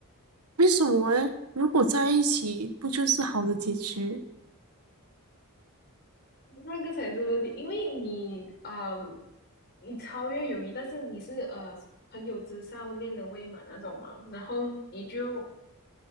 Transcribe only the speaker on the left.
那个才是问题，因为你，嗯，你超越友谊，但是你是呃朋友之上恋人未满那种嘛，然后你就